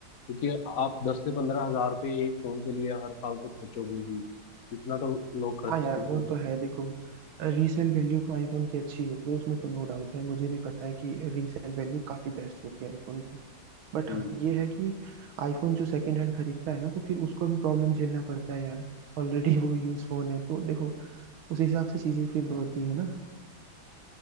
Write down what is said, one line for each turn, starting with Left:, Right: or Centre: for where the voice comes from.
Left: क्योंकि आप दस से पंद्रह हजार रुपये एक फोन के लिए हर साल तो खर्चोगे ही इतना तो लोग खर्चते
Right: हाँ यार वो
Left: ही
Right: तो
Left: हैं
Right: है देखो रीसेल वैल्यू तो आईफोन की अच्छी होती है उसमें तो नो डाउट है मुझे भी पता है कि रीसेल वैल्यू काफी बेस्ट होती है आईफोन की बट
Left: हम्म।
Right: हाँ ये है कि आईफोन जो सेकंड हैंड खरीदता है ना तो फिर उसको भी प्रॉब्लम झेलना पड़ता है यार ऑलरेडी वो यूज फोन है तो देखो उस हिसाब से चीजें फिर दौड़ती है ना